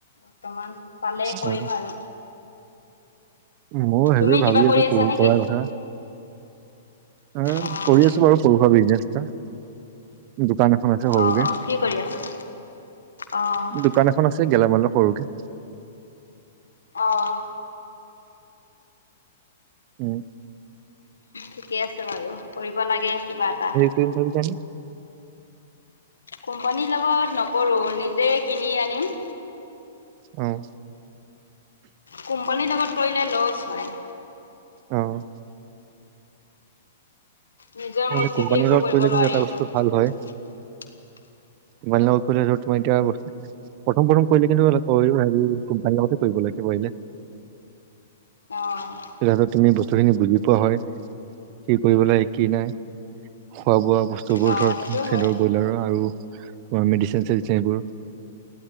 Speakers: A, on the left; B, on the right.
A: বৰ্তমান পালেই কৰিম
B: অ
A: আৰু।
B: ময়ো
A: তুমি
B: সেইবোৰ ভাবি
A: কিবা কৰি
B: আছোঁ
A: আছা
B: কোনো
A: নেকি?
B: কৰাৰ কথা। উম
A: অ',
B: কৰি আছোঁ বাৰু সৰু-সুৰাবিজনেছ এটা। দোকান এখন আছে সৰুকে।
A: অ', অ', কি কৰি আছা? অ',
B: দো দোকান এখন আছে গেলামালৰ সৰুকে।
A: অ'।
B: উম।
A: ঠিকে আছে বাৰু কৰিব লাগে কিবা এটা।
B: কোন কোম্পানী?
A: কোম্পানীৰ লগত নকৰোঁ, নিজে কিনি আনিম।
B: অ'।
A: কোম্পানীৰ লগত কৰিলে ল'ছ হয়।
B: অ'
A: নিজৰ
B: মানে
A: মৰ্জিদি
B: কোম্পানীৰ
A: একো
B: লগত
A: কৰিব
B: কৰিলে কিন্তু
A: নোৱাৰি সেইটো।
B: ভাল হয়
A: <inaudible>
B: তোমাৰ লগত কৰিলেতো তোমাৰ এতিয়া প্ৰথম-প্ৰথম কৰিলে কিন্তু অলপ <unintelligible> কোম্পানীৰ লগতে কৰিব লাগিব এনে।
A: অ'
B: তেতিয়াটো তুমি বস্তুখিনি বুজি পোৱা হয়, কি কৰিব লাগে কি নাই। খোৱা-বোৱা বস্তুবোৰ
A: অ',
B: ধৰ
A: সেইটো
B: সিহঁতৰ
A: হয়।
B: ব্ৰইলাৰৰ আৰু মেডিচিন চেডিচিন এইবোৰ।